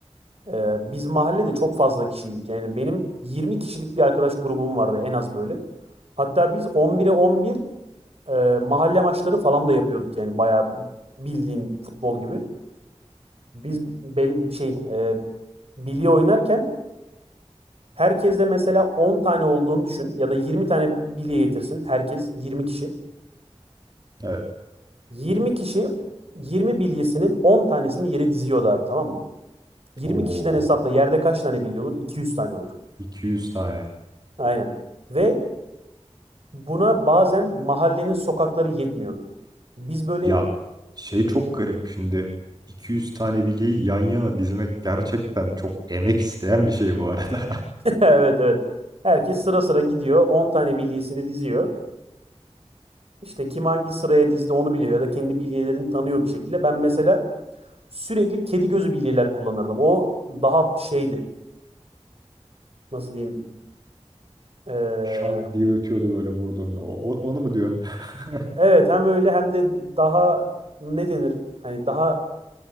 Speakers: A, on the right; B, on the right.
A: Ee, biz mahallede çok fazla kişiydik. Yani benim 20 kişilik bir arkadaş grubum vardı en az böyle. Hatta biz 11'e 11 e, mahalle maçları falan da yapıyorduk yani bayağı bildiğin futbol gibi. Biz bel- şey e, bilye oynarken herkeste mesela 10 tane olduğunu düşün ya da 20 tane bilye getirsin herkes 20 kişi.
B: Evet.
A: 20 kişi 20 bilyesinin 10 tanesini yere diziyordu abi tamam mı? 20
B: Oo,
A: kişiden hesapla yerde kaç tane bilye olur? 200 tane olur.
B: 200 tane.
A: Aynen. Ve buna bazen mahallenin sokakları yetmiyordu. Biz böyle
B: Ya
A: <laughs>
B: şey çok garip şimdi 200 tane bilyeyi yan yana dizmek gerçekten çok emek isteyen bir şey bu arada. <laughs>
A: evet evet. Herkes sıra sıra gidiyor. 10 tane bilyesini diziyor. İşte kim hangi sıraya dizdi onu biliyor ya da kendi bilyelerini tanıyor bir şekilde. Ben mesela sürekli kedi gözü bilyeler kullanırdım. O daha şeydi. Nasıl diyeyim? Ee,
B: Şak diye ötüyordu böyle vurduğunda. O, o- onu mu diyorsun? <laughs>
A: evet hem öyle hem de daha ne denir? Hani daha